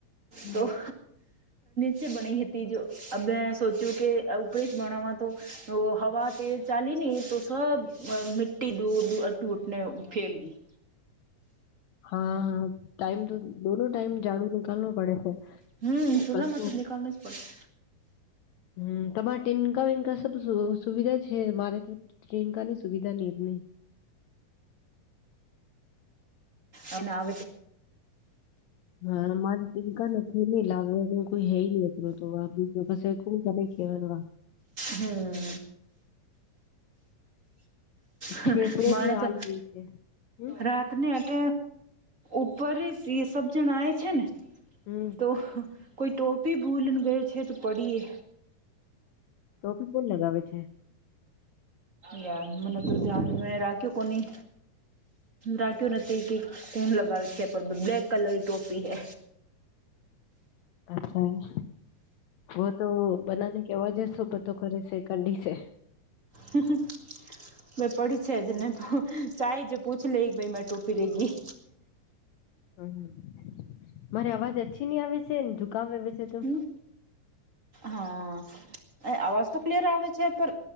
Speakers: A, on the left; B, on the right.
A: હમ
B: તોર ચે બનૈ હતી હતી જો અ બે સોચ્યું કે ઉપડી જ ભણવા તો હવા તે ચાલી નહી તો સ અ મિટી દૂર દ અટુ ઉટને ફેલ ગઈ
A: હા હા ટાઈમ તો દોનો ટાઈમ ઝાડુ નનીિકાલવ પડે છે
B: હમ ચૂલામાં
A: કચ
B: તો નીકળને જ પડે
A: હમ તમારે ટેનકા વંકા સબ સુવિધા છે મારે પ્રિયંકાની સુવિધા નિનીની
B: અને ના
A: હા મારા ટીંકા ને ગુમી લાવે એટલું કોઈ હૈ ન અતરું તો આગુ તો પ કોણ કર કેવાન વા
B: હમ હમ
A: થેપડે
B: માને
A: ની
B: તો
A: આલવી છે હમ
B: રાતને એટ ઉપર એ સબ જણ આવે છે ને
A: હમ્મ
B: તો કોઈ ટોપી ભૂલને ગયો છે તો પડીએ
A: ટોપી પણ લગાવે છે
B: યા મને તું જાની મે રાખ્યું કોની રાખ્યું નથી કે ફૂન લગાવે છે પણ બ્લેક કલર ટોપી હે
A: અચ્છા બ તો બનાને કેવા જસો બધું કરે છે કાઢી છે
B: હ હ મે પડી છે જે ચા જે પૂછ લે કે ભ મા ટોપી રેગી
A: હમ્મ મારી અવાજ અછી નહી આવે છેને જુકામ આવે છે તો
B: હમ્મ હા અવાજ તો ક્લિયર આવે છે પર